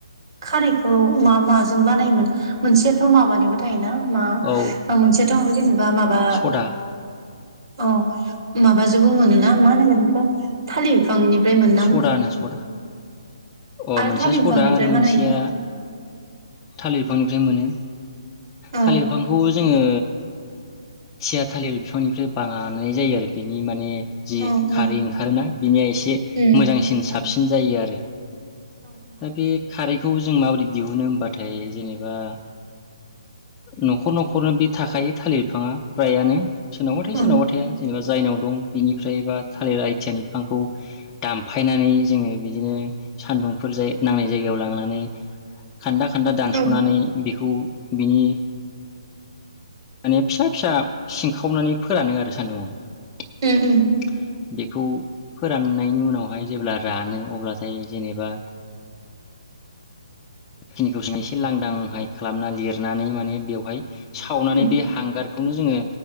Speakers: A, on the right; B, on the left.
A: खारैखौ मा माजों बानायोमोन मोनसेयाथ' माबानिबो थायो ना मा
B: औ
A: ओ मोनसे थ' जेनेबा बा माबा
B: सदा
A: ओ अ माबाजोंबो मोनोना मा होनो बेखौ थालि बिफांनिफ्राय मोनना
B: सदा होनो सदा अ
A: आरो
B: मोनसेया
A: थालिर
B: सदा
A: बिफांनिफ्राय
B: आरो मोनसेया
A: बानायो
B: थालिर बिफां ओमफ्राय मोनो
A: औ
B: थालिर बिफांखौबो जोङो थिया थालिर बिफांनिफ्राय बानाय जायो आरो इ माने जि
A: औ औ
B: खारै ओंखारोना बिनिया एसे
A: उम
B: मोजांसिन साब साबसिन जायो आरो
A: औ
B: दा बे खारैखौ जों माबोरै दिहुनो होमबाथाय जेनेबा न'खर न'खरनो बे थाखायो थालिर बिफाङा फ्रायानो सोरनावबा थायो
A: औ
B: सोरनावबा थाया जेनेबा जायनाव दं बिनिफ्राय बा थालिर आइथिया बिफांखौ दामफायनानै जोङो बिदिनो सानदुंफोर नांनाय जायगायाव लांनानै खान्दा खान्दा दानस'नानै
A: औ
B: बेखौ बिनि माने फिसा फिसा सिंखावनानै फोरानो आरो सान्दुंङाव
A: उम उम
B: बेखौ फोराननायनि उनावहाय जेब्ला रानो अब्लाथाय जेनेबा बेखिनिखौ एसे लांदांहाय खालामना लिरनानै माने बेवहाय सावनानै
A: उम
B: बे हांगार बेखौनो जोङो